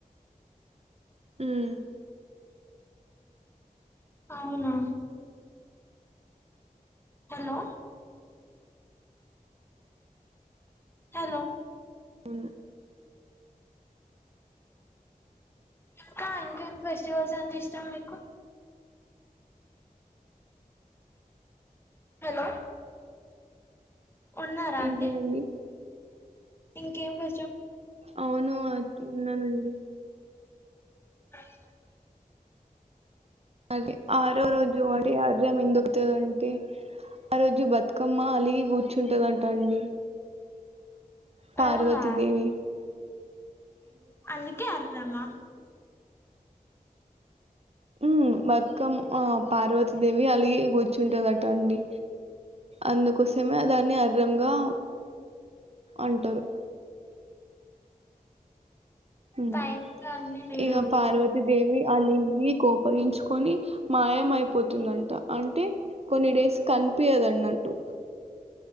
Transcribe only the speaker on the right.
ఉమ్
అ
ఏంటిదండి
అవును అట్టున్నా నండి
అది ఆరో రోజు అంటే అర్రం ఎందుొకుతదింటే, ఆ రోజు బతుకమ్మ అలిగి కూర్చుంట దంట అండి పార్వతిదేవి
ఉమ్ బతుకమ్ ఆ పార్వతీదేవి అలాగ కూర్చుంటుందిట అండి అందుకోసమే దాన్ని అర్రంగా అంటరు ఉమ్.
ఇక పార్వతీదేవి అలిగి కోపగించుకొని మాయ అయిపోతుందంట అంటే కొన్ని డేస్ కనిపియదు అన్నట్టు.